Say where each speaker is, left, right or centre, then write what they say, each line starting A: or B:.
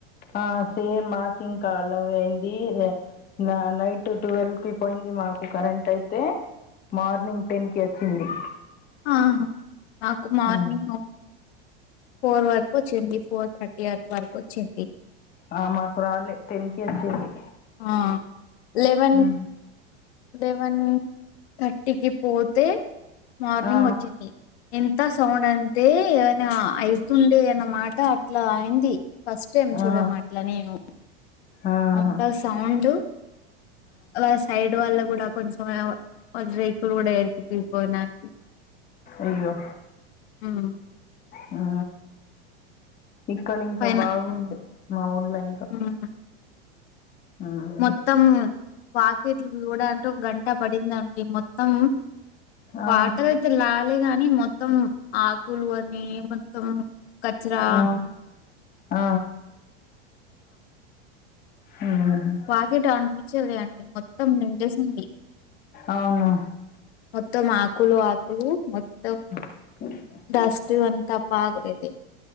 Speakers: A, on the left; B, on the left.
A: ఆ సేమ్ మాకు ఇంకా అలాగే వుంది నిన్న నైట్ ట్వెల్ కి పోయింది మాకు కరెంట్ అయితే మార్నింగ్ టెన్ కి వచ్చింది
B: ఆహా మాకు మార్నింగ్
A: హ్మ్.
B: ఫోర్ వరకు వచ్చింది ఫోర్ థర్టీ వరకు వచ్చింది
A: ఆ మాకు రాలే టెన్ కి వచ్చింది
B: ఆ లెవెన్
A: హ్మ్.
B: లెవెన్ తర్టీ ఇంటికి పోతే మార్నింగ్
A: ఆ
B: వచ్చింది ఎంత సౌండ్ అంటే ఏదన్న అయితుండే అనమాట అ అట్లా అయింది ఫస్ట్ టైం చూడం
A: ఆ
B: అట్లా నేను
A: ఆహా
B: అంత సౌండ్ ఆ సైడ్ వాళ్ళ కూడా కొంచెం రేకులు కూడా ఎరికిపోయినాయి
A: అయ్యో
B: ఉమ్
A: హు ఇక్కడ ఇంకా
B: పైన
A: బాగుండే మా ఊళ్ళ ఇంకా
B: ఉమ్
A: హ్మ్.
B: మొత్తం పాకెట్లు ఇవడానికి గంట పడిందండి మొత్తం
A: ఆ
B: వాటర్ అయితే లాలే గానీ మొత్తం ఆకులు అని మొత్తం కచరా
A: ఆ ఆ హ్మ్.
B: వాగేట అనిపించలే అండి మొత్తం నిండేసింది
A: అవునా
B: మొత్తం ఆకులు ఆకులు మొత్తం
A: <inaudible>
B: ఫస్ట్ వన్ ఇంకా బాగా ఉన్నింది